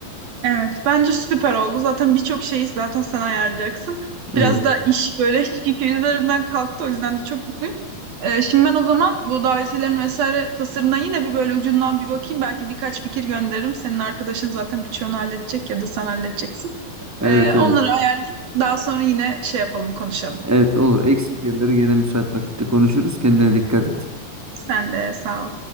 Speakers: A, on the right; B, in the centre.
A: Evet, bence süper oldu. Zaten birçok şeyi zaten sen ayarlayacaksın.
B: Evet.
A: Biraz da iş böyle <laughs> yükü üzerimden kalktı. O yüzden de çok mutluyum. Ee, şimdi ben o zaman bu davetiyelerin vesaire tasarımına yine bir böyle ucundan bir bakayım. Belki birkaç fikir gönderirim. Senin arkadaşın zaten birçoğunu halledecek ya da sen halledeceksin.
B: Evet
A: Ee, onları
B: evet.
A: ayarlayayım. Daha sonra yine şey yapalım, konuşalım.
B: Evet olur. Eksik yerleri gene müsait vakitte konuşuruz. Kendine dikkat et.
A: Sen de sağ ol.